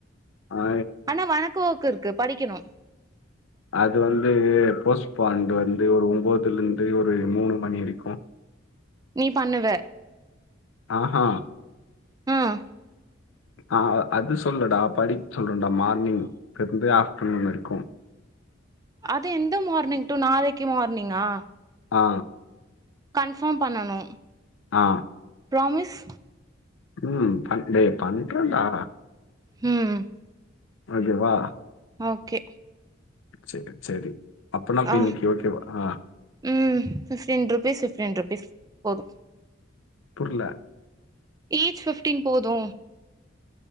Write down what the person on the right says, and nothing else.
ஆனா வொனக்கு வொர்க் இருக்கு படிக்கணு
நீ பண்ணுவ
ம்
அது எந்த மார்னிங் டூ நாளைக்கு மார்னிங்கா
கன்ஃபார்ம் பண்ணணு
ப்ராமிஸ்
ம்
ஓகே
ஆ
ம் ஃபிப்டின் ருபீஸ் ஃபிப்டின் ருபீஸ் போது
ஈச் ஃபிஃப்டின் போது